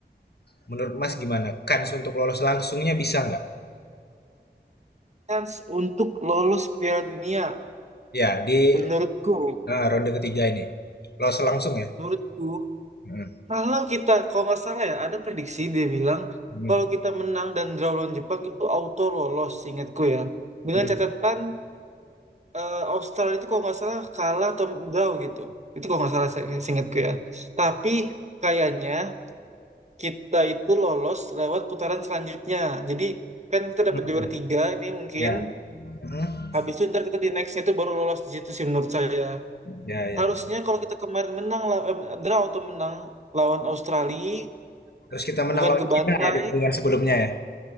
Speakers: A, on the left; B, on the right.
A: menurut Mas gimana? Kans untuk lolos langsungnya bisa nggak?
B: Chance untuk lolos Piala Dunia
A: Ya di
B: menurutku.
A: eh, ronde ketiga ini lolos langsung ya.
B: Menurutku,
A: Hmm.
B: kalau kita, kalau nggak salah ya, ada prediksi dia bilang,
A: Hmm.
B: kalau kita menang dan draw lawan Jepang itu auto lolos, ingatku ya. Dengan
A: Hmm.
B: catatan eh, Australia itu kalau nggak salah kalah atau draw gitu. Itu kalau nggak salah ingatku ya. Tapi kayaknya kita itu lolos lewat putaran selanjutnya. Jadi kan kita dapat
A: Hmm. Hmm.
B: juara tiga ini mungkin.
A: Ya, Hmm.
B: Habis itu ntar kita di nextnya itu baru lolos di situ sih menurut saya.
A: ya, ya.
B: Harusnya kalau kita kemarin menang, law- eh, draw atau menang lawan Australia
A: Terus kita menang
B: bukan
A: lawan
B: ke bantai
A: Cina ya di pertandingan sebelumnya ya.